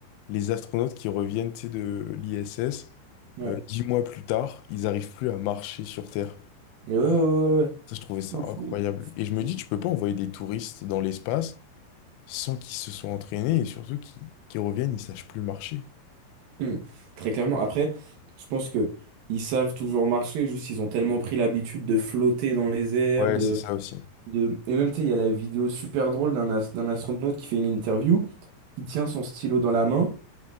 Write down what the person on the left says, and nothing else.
les astronautes qui reviennent, tu sais, de l'ISS,
euh, dix mois plus tard, ils arrivent plus à marcher sur Terre.
Ça, je trouvais ça
incroyable.
Et je
me dis, tu peux pas envoyer des touristes dans l'espace sans qu'ils se soient entraînés et surtout qu'ils qu'ils reviennent, ils sachent plus marcher.
Ouais,
c'est ça aussi.